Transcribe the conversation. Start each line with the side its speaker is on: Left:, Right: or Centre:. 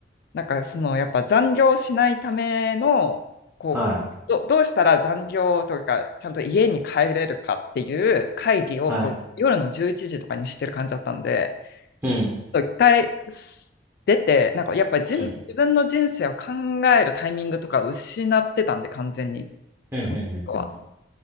Left: なんかそのやっぱ残業しないためのこうど、
Right: はい。
Left: どうしたら残業というかちゃんと家に帰れるかっていう会議をこう夜の11時とかにしてる感じだったんで、
Right: はい。うん。
Left: ちょっと一回す出て、なんかやっぱじん自分の人生を考えるタイミングとか失ってたんで完全に、
Right: うんうんうんうんうん
Left: そのことは。